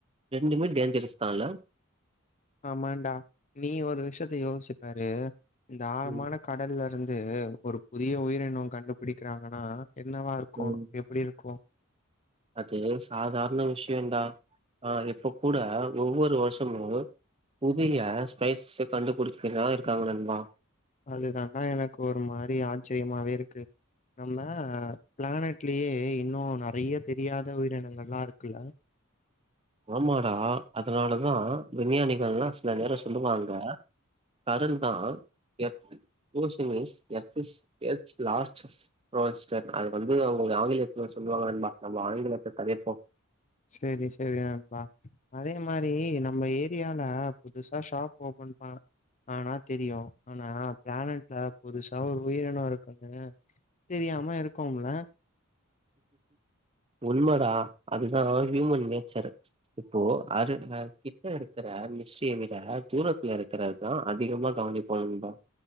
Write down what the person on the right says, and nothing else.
ரெண்டுமே டேஞ்சரஸ் தா இல்ல
ம்
ம்
அது சாதாரண விஷ்யோடா ஆ இப்ப கூட ஒவ்வொரு வருஷமு புதிய ஸ்பேஸஸ்ஸ கண்டுபுடிச்சுட்டு தா இருக்காங்க நண்பா
ஆமாடா அதனாலதா விஞ்ஞானிகள்லா சில நேரோ சொல்லுவாங்க கடன்தா எத் portion wise earth is earth லாஸ்ட்டஸ் ரோல்ஸ்ட்டர் அது வந்து அவுங்க ஆங்கிலத்துல சொல்லுவாங்க நண்பா நம்ம ஆங்கிலத்த தவிர்ப்போ
உண்மதா அதுதா ஹியூமன் நேச்சரு இப்போ அதுக கிட்ட இருக்கற மிஸ்ட்ரிய விட தூரத்துல இருக்கற யா அதிகமா கவனிப்பாணுந்தா